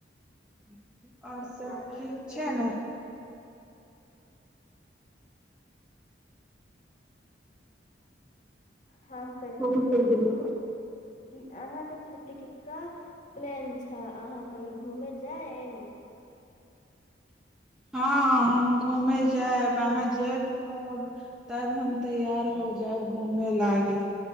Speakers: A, in the centre; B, on the left (about 45°).
A: <unintelligible> आओर सब
B: अहाँ
A: ठीक
B: के गर्मी
A: छै ने
B: के छु हम
A: को त गेल
B: की अहाँके छुट्टी टिकटके प्लैन छै अहाँ कहीं घुमै जाएब
A: हँ हम घूमे जायब अहाँ जेब कहब तब हम तैयार हो जायब घुमे लागी